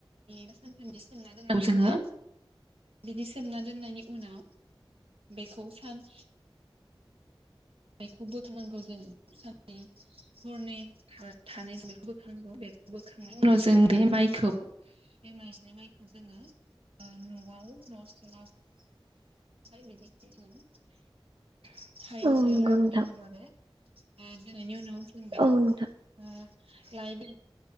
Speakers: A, on the right; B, on the right.
A: बा सानथामनि सोमना दोननांगौ जोङो बिदि सोमना दोननायनि उनाव बेखौ सान बेखौ बोथनांगौ जों साननै हरनै थानाय जों बेखौ बोथनांगौ बे बोखांनायनि उनाव जों बे माइखौ बे माइज्लि माइखौ जोङो न'आव न सिङाव
B: <inaudible>
A: <unintelligible> हायाव
B: औ
A: जोंहा
B: नंगौ
A: लामनानै
B: नोंथां
A: दोननांगौ आरो आ बेनि उनाव जों बेखौ
B: औ नोंथां
A: ओ <unintelligible>